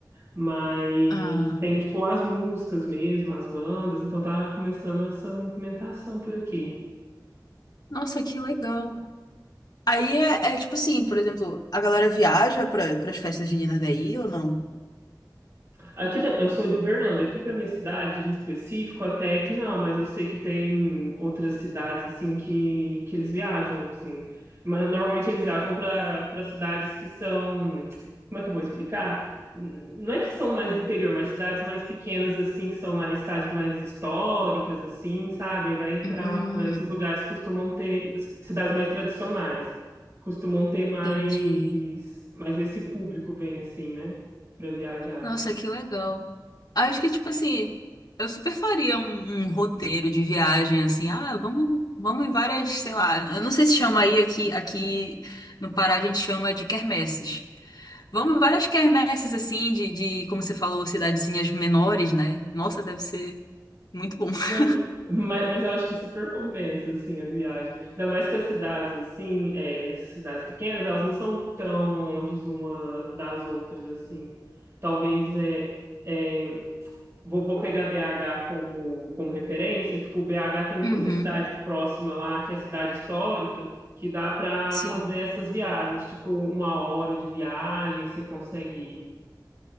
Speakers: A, on the right; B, on the left.
A: Mas
B: Ah.
A: tem tipo as músicas mesmo, as bandas, então tá começando essa movimentação por aqui.
B: Nossa, que legal. Aí é, é tipo assim, por exemplo, a galera viaja para as festas juninas daí ou não?
A: Aqui da- eu sou de Uberlândia, aqui para minha cidade em específico até que não, mas eu sei que tem outras cidades assim que, que eles viajam, assim. Mas normalmente eles viajam para para cidades que são, como é que eu vou explicar? N- Não é que são mais do interior, mas cidades mais pequenas assim, que são mais cidades mais históricas assim, sabe? Vai para
B: Hum,
A: para esses lugares costumam ter cidades mais tradicionais, costumam ter mais
B: entendi.
A: mais esse público vem assim, né? Para viajar.
B: Nossa, que legal. Acho que, tipo assim, eu super faria um, um roteiro de viagem, assim, ah, vamos, vamos em várias, sei lá, eu não sei se chama aí aqui, aqui no Pará a gente chama de quermesses. Vamos em várias quermesses, assim, de, de, como você falou, cidadezinhas menores, né? Nossa, deve ser muito bom. <laughs>
A: Mas, mas, mas eu acho que super compensa, assim, as viagens. Ainda mais que as cidades, assim, é, essas cidades pequenas, elas não são tão longe uma das outras, assim. Talvez, é, é, vou, vou pegar BH como, como referência. Tipo, BH tem muita
B: Uhum,
A: cidade próxima lá, que é cidade histórica, que dá para
B: sim.
A: fazer essas viagens. Tipo, uma hora de viagem, você consegue